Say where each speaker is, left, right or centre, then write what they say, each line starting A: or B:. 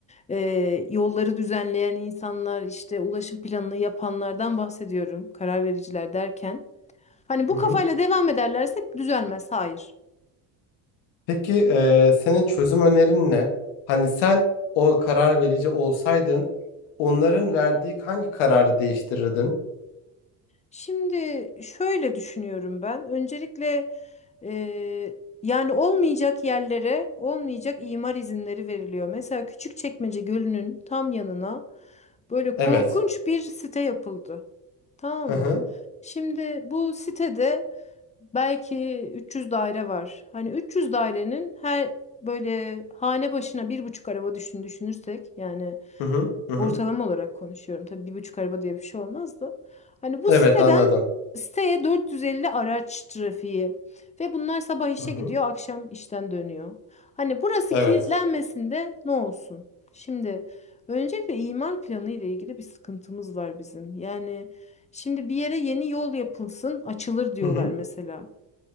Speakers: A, on the left (about 15°); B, on the left (about 80°).
A: e, yolları düzenleyen insanlar işte ulaşım planını yapanlardan bahsediyorum. Karar vericiler derken. Hani bu
B: Hı hı.
A: kafayla devam ederlerse düzelmez. Hayır.
B: Peki eee, senin çözüm önerin ne? Hani sen o karar verici olsaydın onların verdiği hangi kararı değiştirirdin?
A: Şimdi şöyle düşünüyorum ben. Öncelikle eee, yani olmayacak yerlere olmayacak imar izinleri veriliyor. Mesela Küçükçekmece Gölü'nün tam yanına böyle korkunç
B: Evet.
A: bir site yapıldı. Tamam
B: Hı hı.
A: mı? Şimdi bu sitede belki 300 daire var. Hani 300 dairenin her böyle hane başına bir buçuk araba düşün düşünürsek yani
B: Hı hı. Hı
A: Ortalama
B: hı.
A: olarak konuşuyorum. Tabii bir buçuk araba diye bir şey olmaz da. Hani bu
B: Evet
A: siteden
B: anladım.
A: siteye 450 araç trafiği ve bunlar sabah işe
B: Hı hı.
A: gidiyor, akşam işten dönüyor. Hani burası
B: Evet.
A: kilitlenmesinde ne olsun? Şimdi öncelikle imar planı ile ilgili bir sıkıntımız var bizim. Yani şimdi bir yere yeni yol yapılsın, açılır diyorlar
B: Hı hı.
A: mesela.